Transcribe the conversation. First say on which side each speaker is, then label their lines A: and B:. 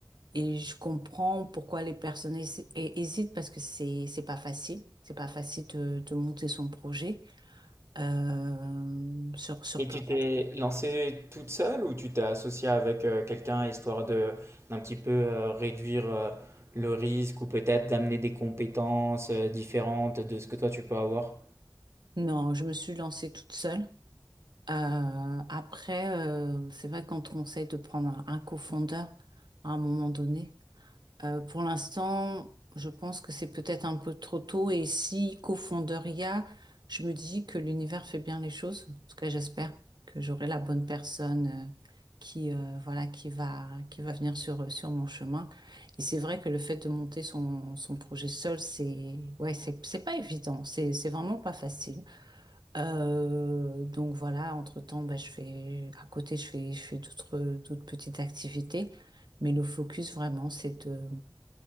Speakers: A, on the right; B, on the right.
A: Et je comprends pourquoi les personnes hési- hé- hésitent parce que c'est, c'est pas facile. C'est pas facile de, de monter son projet euh, sur, sur
B: Et
A: plein
B: tu t'es
A: d'aspects.
B: lancée toute seule ou tu t'es associée avec euh, quelqu'un histoire de d'un petit peu euh, réduire euh, le risque ou peut-être d'amener des compétences euh, différentes de ce que toi tu peux avoir?
A: Non, je me suis lancée toute seule. Euh, après, euh, c'est vrai qu'on te conseille de prendre un, un cofondeur à un moment donné. Euh, pour l'instant, je pense que c'est peut-être un peu trop tôt. Et si cofondeur il y a, je me dis que l'univers fait bien les choses. En tout cas, j'espère que j'aurai la bonne personne euh, qui, euh, voilà, qui va, qui va venir sur, sur mon chemin. Et c'est vrai que le fait de monter son, son projet seul, c'est, ouais, c'est, c'est pas évident. C'est, c'est vraiment pas facile. Euh, donc voilà, entre-temps, bah, je fais, à côté, je fais, je fais d'autres, d'autres petites activités. Mais le focus vraiment, c'est de,